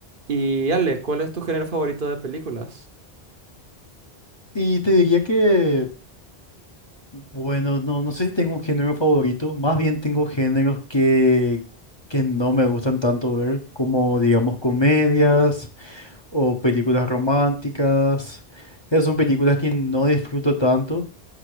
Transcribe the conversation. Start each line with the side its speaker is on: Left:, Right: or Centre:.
Right: Y Ale, ¿cuál es tu género favorito de películas?
Left: Y te diría que, bueno, no, no sé si tengo un género favorito, más bien tengo géneros que, que no me gustan tanto ver, como digamos comedias o películas románticas. Esas son películas que no disfruto tanto,